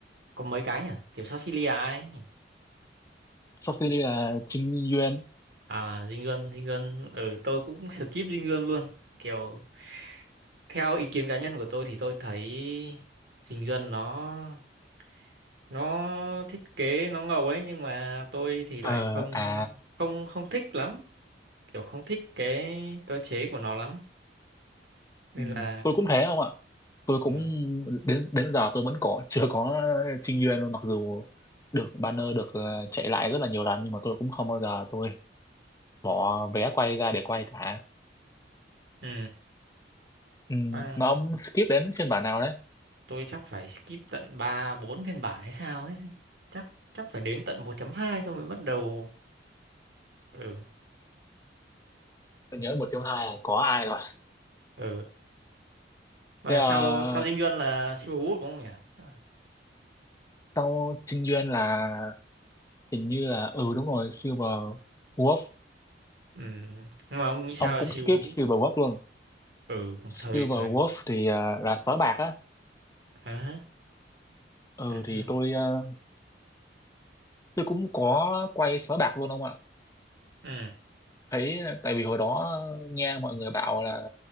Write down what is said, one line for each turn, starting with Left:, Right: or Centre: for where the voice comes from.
Right: có mấy cái nhỉ kiểu sau Silly à ấy nhỉ?
Left: sau khi đi là Trinh Nguyên
Right: à Dinh Luân Dinh Luân ừ tôi cũng skip Dinh Luân luôn kiểu theo ý kiến cá nhân của tôi thì tôi thấy Dinh Luân nó nó thiết kế nó ngầu ấy nhưng mà tôi thì lại
Left: ờ
Right: không
Left: à
Right: không không thích lắm kiểu không thích cái cơ chế của nó lắm nên
Left: ừ.
Right: là
Left: tôi cũng thế không ạ tôi
Right: ờ,
Left: cũng đến đến giờ tôi vẫn có <laughs> chưa có trinh nguyên luôn mặc dù được banner được ờ, chạy lại rất là nhiều lần nhưng mà tôi cũng không bao giờ tôi bỏ vé quay ra để quay cả
Right: ừ.
Left: ừ,
Right: À,
Left: mà ông skip đến phiên bản nào đấy
Right: tôi chắc phải skip tận 3 4 phiên bản hay sao ấy. Chắc chắc phải đến tận 1.2 tôi mới bắt đầu. Ừ
Left: tôi nhớ một trong hai là có ai rồi
Right: ừ. Mà
Left: thế ờ,
Right: sau sau Dinh Duân là siêu Hú đúng không nhỉ? À,
Left: sau trinh nguyên là hình như là ừ đúng rồi silver wolf
Right: Ừ. Nhưng Mà ông nghĩ sao
Left: ông cũng
Right: về
Left: skip
Right: siêu Hú?
Left: silver wolf luôn
Right: Ừ,
Left: silver
Right: thời thời.
Left: wolf thì ờ, là sói bạc á
Right: À,
Left: ừ
Right: ừ.
Left: thì tôi ờ, tôi cũng có quay sói bạc luôn ông ạ
Right: Ừ.
Left: thấy ờ, tại vì hồi đó nghe mọi người bảo là